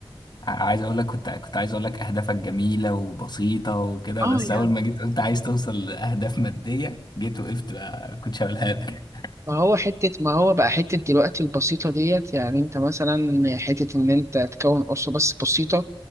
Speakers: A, on the left (about 55°); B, on the right (about 35°).
A: ع- عايز اقول لك كنت كنت عايز اقول لك اهدافك جميلة وبسيطة وكده
B: اه
A: بس
B: يعني
A: اول ما جيت قلت عايز توصل لاهداف مادية جيت وقفت بقى كنتش هقولها لك <laughs>
B: ما هو حتة ما هو بقى حتة دلوقتي البسيطة ديت يعني انت مثلا حتة ان انت تكون أسرة بس بسيطة